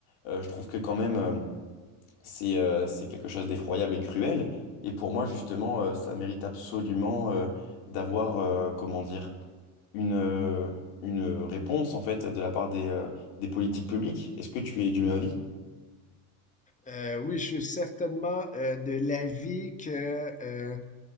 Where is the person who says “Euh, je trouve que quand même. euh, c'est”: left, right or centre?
Left